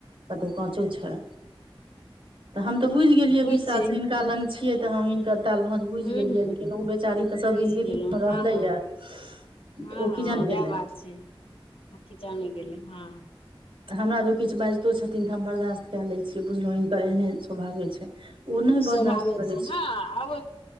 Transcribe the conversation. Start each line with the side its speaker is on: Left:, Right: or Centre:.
Right: कतो काचो छै <inaudible> हम तऽ बुझि गेलिये
Left: होइ
Right: बीस साल
Left: छै
Right: से हिनका लग छिये ते हम हिनकर ताल भाज भुझि
Left: ह
Right: गेलियै
Left: ह
Right: लेकिन ओ बेचारी तऽ सभदिन
Left: बुझि
Right: दिल्ली
Left: गेलहुँ
Right: में रहलैए
Left: हँ हँ
Right: तऽ
Left: हँ
Right: ओ
Left: हँ
Right: किजन
Left: वएह
Right: गेलै
Left: बात छै <inaudible> उ किजान गेलै हँ
Right: तऽ हमरा दो किछ बाजितो छथिन तऽ हम बर्दाश्त कए लै छियै बुझलौ हिनकर एहने स्वभावे छै ओ नहि
Left: स्वाभवे
Right: बर्दाश्त करै
Left: छै हँ आ